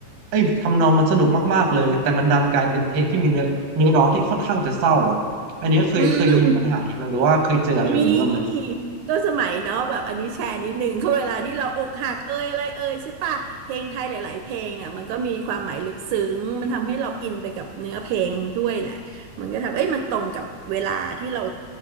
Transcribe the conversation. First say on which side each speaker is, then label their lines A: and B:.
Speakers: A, on the right (about 55°); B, on the right (about 80°).
A: ไอ้ยทำนองมันสนุกมากๆเลยแต่มันดันกลายเป็นเพลงที่มีเนื้อเนื้อร้องที่ค่อนข้างจะเศร้าอ่ะอันนี้เคยเคยมีปัญหาอย่างเงี้ยหรือว่าเคยเจออะไรแบบนี้บ้างไหม
B: อืม นี่ก็สมัยเนาะแบบอันนี้แชร์นิดนึงเขาเวลาที่เราอกหักเอยอะไรเอยใช่ปะเพลงไทยหลายๆเพลงเนี่ยมันก็มีความหมายลึกซึ้งมันทำให้เราอินไปกับเนื้อเพลงด้วยแหละมันก็ทำเอ้ยมันตรงกับเวลาที่เรา